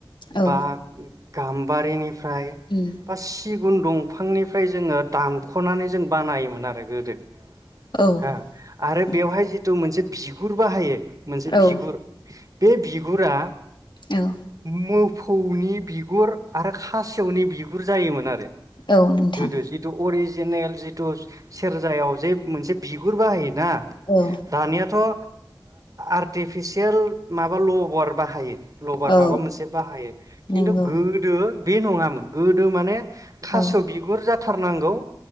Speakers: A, on the left; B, on the right.
A: औ
B: बा गाम्बारिनि मफ्राय
A: उम
B: ब सि गुबुन दंफांनिफ्राय जोङो दामख'नानै जों बानायोमोन आरो गोदो हो
A: औ
B: आरो
A: उम
B: बेवहाय जिथु मोनसे बिगुर बाहायो मोनसे
A: औ
B: बिगुर बे बिगुरा
A: औ
B: मो फौनि बिगुर आरो खासेवनि बिगुर जायोमोन आरो
A: औ नोंथां
B: गोदो जिथु अरिज जिनेल जिथु सेरजायाव जे मोनसे बिगुर बाहायो ना
A: औ
B: दानियाथ ओ आर्टिफिसियेल माबा लभार बाहायो लबार
A: औ
B: माबा मोनसे बाहायो खिन्थु
A: नंगौ
B: गोदो बे नङामोन गोदो माने थास'
A: औ
B: बिगुर जाथ थारनांगौ